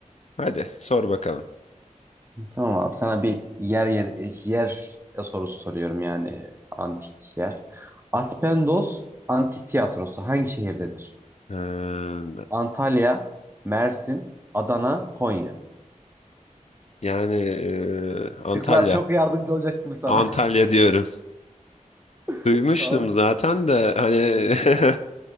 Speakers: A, on the left; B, on the right.
A: Hadi sor bakalım.
B: Tamam abi sana bir yer yer yer sorusu soruyorum yani antik yer. Aspendos Antik Tiyatrosu hangi şehirdedir?
A: Ee,
B: Antalya, Mersin, Adana, Konya.
A: yani e, Antalya.
B: Şıklar çok yardımcı olacak gibi sana.
A: Antalya diyorum. Duymuştum
B: <laughs> Abi
A: zaten de hani <laughs>